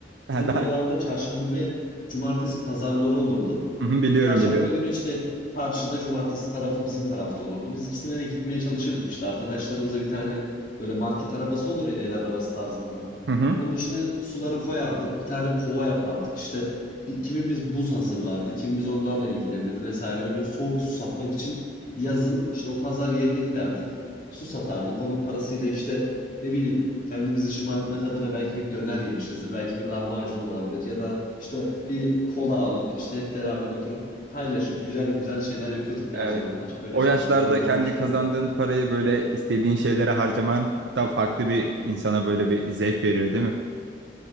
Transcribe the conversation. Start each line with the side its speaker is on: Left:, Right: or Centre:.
Right: Ha,
Left: Bizim
Right: daha
Left: buralarda çarşamba ve cumartesi pazarları olurdu.
Right: Hı hı, biliyorum
Left: Çarşamba
Right: biliyorum.
Left: günü işte karşıda cumartesi tarafı bizim tarafta olurdu. Biz ikisine de gitmeye çalışırdık işte. Arkadaşlarımıza bir tane böyle market arabası olur ya el arabası tarzında.
Right: Hı hı.
Left: Onun içine suları koyardık. Bir tane kova yapardık. İşte bir- kimimiz buz hazırlardı. Kimimiz onlarla ilgilenirdi vesaire. Böyle soğuk su satmak için yazın işte o pazar yerine giderdik. Su satardık. Onun parasıyla işte ne bileyim kendimizi şımartmak adına belki bir döner yemişizdir. Belki bir lahmacun olabilir ya da işte bir kola alıp işte hep beraber oturup paylaşıp güzel güzel şeyler yapıyorduk ya
Right: Evet.
Left: o zamanlar. Öyle
Right: O
Left: çalışmalarım
Right: yaşlarda
Left: olmuştu
Right: kendi kazandığın
Left: yani.
Right: parayı böyle istediğin şeylere harcaman da farklı bir insana böyle bir zevk veriyor değil mi?